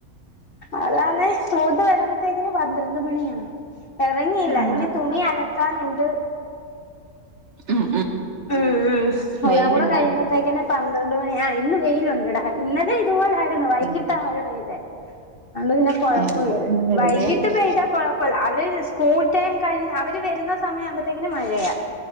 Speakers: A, on the left; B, on the right.
A: അതാന്നെ പോത്ത് വരുമ്പോത്തേക്കിന് പന്ത്രണ്ട് മണിയാ എറങ്ങിയില്ല
B: ആഹ്
A: ഇനി തുണി അല ക്കാനുണ്ട്
B: ഉം
A: ഉം ഉം
B: വെയിലുണ്ടാ
A: എല്ലാൻ കൂടെ കഴിയുമ്പോത്തേക്കിന് പന്ത്രണ്ട് മണി ആ ഇന്ന് വെയിയിലുണ്ടടാ ഇന്നലെ ഇതുപോലെ ന്നു വൈകിട്ടാ
B: ഉം
A: മഴ പെയ്തെ അത് പിന്നെ കൊഴപ്പൊല്ല
B: ഏഹ് ഇവിടെന്നും വെയിലേ
A: വൈകിട്ട്
B: ഇല്ല
A: പെയ്താ കൊഴപ്പൊഅ <unintelligible> സ്കൂൾ <unintelligible> അവര് വരുന്ന സമയവുമ്പത്തെ ങ്കര മഴയ.